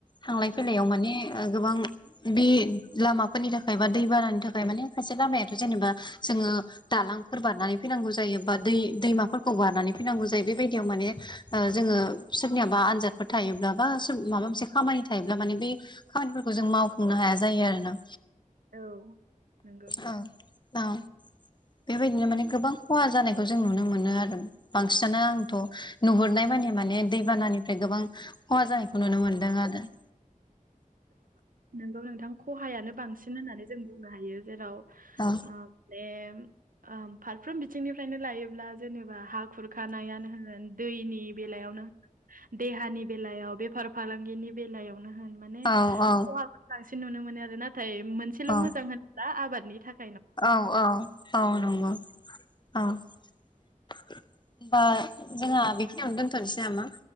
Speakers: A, on the left; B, on the right.
A: थांलाय फैलायाव
B: औ
A: माने ओ गोबां बि लामाफोरनि थाखाय बा दैबानानि थाखाय माने खायसे लामायाथ' जेनेबा जोङो दालांफोर बारनानै फैनांगौ जायो बा दै दैमाफोरखौ बारनानै फैनांगौ जायो बेबायदियाव माने जोङो सोरनियाबा आनजादफोर थायोब्ला बा सोर माबा मोनसे खामानि थायोब्ला माने बे खामानिफोरखौ जों मावफुंनो हाया जायो आरो ना।
B: औ नोंगौ
A: औ औ बेबायदिनो माने गोबां खहा जानायखौ जों नुनो मोनो आरो बांसिनानो आंथ' नुहुरनाय माने माने दैबानानिफ्राय गोबां खहा जानायखौ नुनो मोनदों आरो
B: नोंगौ नोंथां खहायानो बांसिन होननानै जों बुंनो हायो जेराव
A: औ
B: ओ बे आ फारफ्रोम बिथिंनिफ्रायनो लायोब्ला जेनेबा हा खुरखानायानो होन दैनि बेलायावनो देहानि बेलायाव बेफार फालांगिनि बेलायावनो होन माने
A: औ औ
B: खहाखौ बांसिन नुनो मोनो आरो नाथाय मोनसेल'
A: औ
B: मोजां होनोब्ला आबादनि था
A: औ औ औ नंगौ औ ओमबा जोंहा बेखिनियावनो दोनथ'नोसै नामा?